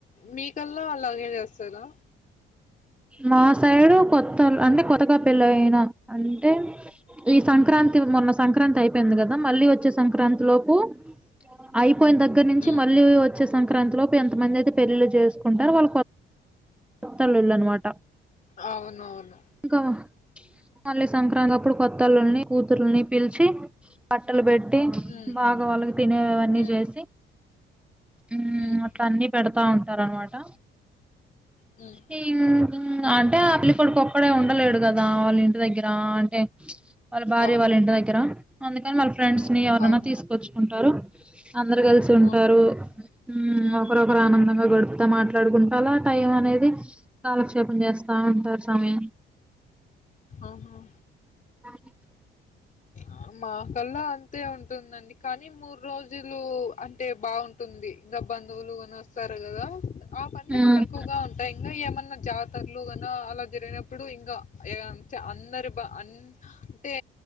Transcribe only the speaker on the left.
మీకల్లా అలాగే జేస్తారా
హ్మ్.
అవునువును
హ్మ్.
హ్మ్.
హ్మ్.
హ్మ్.
అవును.
అవును.
ఆ!
ఉమ్హు
ఆ మా కల్లా అంతే ఉంటుందండి కానీ మూడు రోజుల్ జూలు అంటే బాగుంటుంది ఇంగ బంధువులు గోన వస్తారు గదా ఆ పండుగ
తక్కువగా ఉంటాయి ఇంకా ఏమన్నా జాతరలు గాన అలా జరిగినప్పుడు ఇంగా ఎగన్ చా అందరు బంధ అన్ అంటే